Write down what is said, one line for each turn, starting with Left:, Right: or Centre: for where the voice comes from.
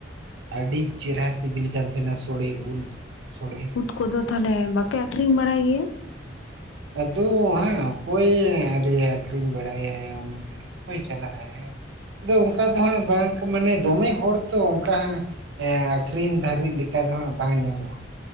Right: ᱟᱹᱰᱤ ᱪᱮᱨᱦᱨᱟ ᱥᱤᱵᱤᱞ ᱠᱟᱱ ᱛᱟᱦᱮᱱᱟ ᱥᱚᱲᱮ ᱩᱫ ᱥᱚᱲᱮ᱾
Left: ᱩᱫ ᱠᱚᱫᱚ ᱛᱟᱦᱞᱮ ᱵᱟᱯᱮ ᱟᱠᱷᱨᱤᱧ ᱵᱟᱲᱟᱭ ᱜᱮᱭᱟ?
Right: ᱟᱫᱚ ᱦᱟᱸᱜ ᱚᱠᱚᱭᱮ ᱟᱫᱚᱭ ᱟᱹᱠᱷᱨᱤᱧ ᱵᱟᱲᱟᱭᱟᱭ ᱢᱟᱱᱮ ᱚᱠᱚᱭ ᱪᱟᱞᱟᱜ-ᱟᱭ? ᱟᱫᱚ ᱚᱝᱠᱟ ᱫᱚ ᱦᱟᱸᱜ ᱵᱟᱝ ᱢᱟᱱᱮ ᱫᱚᱢᱮ ᱦᱚᱲ ᱛᱚ ᱚᱝᱠᱟ ᱦᱟᱸᱜ᱾ ᱦᱮᱸ ᱟᱹᱠᱷᱨᱤᱧ ᱫᱷᱟᱹᱨᱤᱡ ᱞᱮᱠᱟ ᱫᱚ ᱦᱟᱸᱜ ᱵᱟᱝ ᱧᱟᱢᱚᱜᱼᱟ᱾